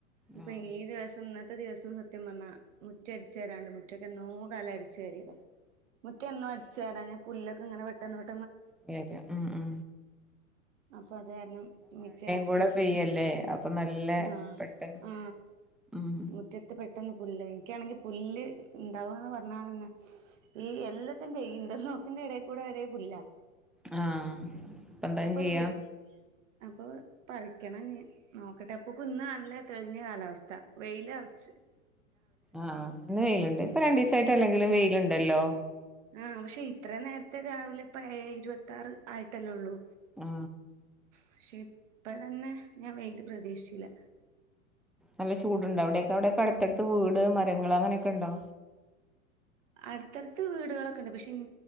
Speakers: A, on the right (about 60°); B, in the centre.
A: ഇപ്പൊ
B: ആ
A: ഈ ദിവസം ഇ - ഇത്ര ദിവസം സത്യം പറഞ്ഞാ മുറ്റ അടച്ച് വാരാണ്ട് മുറ്റൊക്കെ നോ കാലം അടിച്ചു വരയിയതാ. മുറ്റ എന്നും അടിച്ച വരാഞ്ഞ പുല്ലൊക്കെ ഇങ്ങനെ പെട്ടന്ന് -
B: വെരാ ഉം ഉ
A: അപ്പൊ അത് കാരണം മിറ്റടി
B: കൂടെ
A: <unintelligible>
B: പെയ്യല്ലേ അപ്പൊ നല്ല
A: ആ
B: പെട്ടെന്ന്
A: ആ
B: ഉം
A: മുറ്റത്ത് പെട്ടന്ന് പുല്ലായ് എനിക്കാണെങ്കി പുല്ല് ഇണ്ടാവാന്ന് പറഞാതെനെ ഈ എല്ലത്തിന്റെ ഈ ഇന്റർ ബോക്കിന്റെ എടേക്കൂടെ വെരേ പുല്ലാ
B: ആ ഇപ്പന്തായ്ന്
A: അപ്പൊ ഒരു
B: ചെയ്യാ
A: വൃ അപ്പൊ പറിക്കണം ഞ്ഞ് ന്നോക്കട്ടെ അപ്പൊക്ക്ന്നാണ്ല്ലെ തെളിഞ്ഞ കാലാവസ്ഥ വെയ്ലറ ശെരി
B: ആഹ് ഇന്ന് വെയ്ല്ണ്ട് ഇപ്പ രണ്ടീസായിട്ട് അല്ലെങ്കിലും വെയ്ല്ണ്ടല്ലോ
A: ആ പഷെ ഇത്രെന്നേരത്തെ രാവിലെ ഇപ്പഏയെ ഇര് വത്താറ് ആയിട്ടല്ലൊള്ളൂ
B: ആ
A: പക്ഷെ ഇപ്പം തന്നെ ഞാൻ വെയില് പ്രതീക്ഷിച്ചില്ല
B: നല്ല ചൂട്ണ്ടവടെക്കെ അവടെക്കെ അടുത്തടുത്ത് വീട് മരങ്ങള് അങ്ങനൊക്കെണ്ടോ
A: അടുത്തടുത്ത് വീടുകളൊക്കെണ്ട് പക്ഷെ ഇൻ